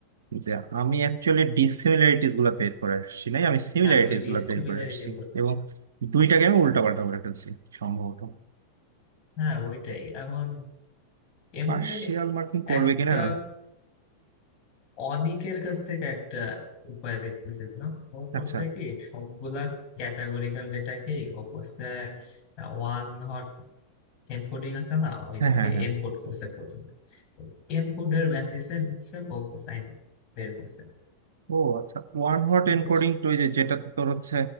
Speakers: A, on the right (about 65°); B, on the left (about 35°).
A: যে আমি অ্যাকচুয়ালি ডিসিমিলারিটিস গুলো বের করে আসছি নাই আমি সিমিলারিটিস
B: হ্যাঁ তুই ডিসিমিলারিটি
A: গুলো বের করে আসছি এবং দুইটাকে আমি উল্টা পাল্টা করে ফেলছি সম্ভবত
B: হ্যাঁ ওইটাই এখন এমনি
A: পার্শিয়াল মার্কিং করবে
B: একটা
A: কিনা
B: অনিকের কাছ থেকে একটা উপায় দেখতেছিলাম ও করছে
A: আচ্ছা
B: কি সবগুলা ক্যাটাগরিক্যাল ডেটাকেই ও করছে ওয়ান হট এনকোডিং আছে না ওই
A: হ্যাঁ
B: থেকে
A: হ্যাঁ হ্যাঁ
B: এনকোড করছে প্রথমে এনকোডের বেসিসে হচ্ছে ও কোসাইন বের করছে
A: ও আচ্ছা ওয়ান হট
B: বুঝছিস
A: এনকোডিং টু এই যে যেটাতে তোর হচ্ছে